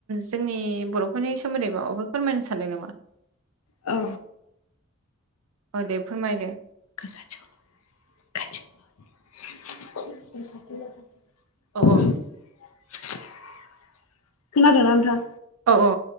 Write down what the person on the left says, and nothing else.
औ
<unintelligible> <inaudible> खोनादोंना
नोंथां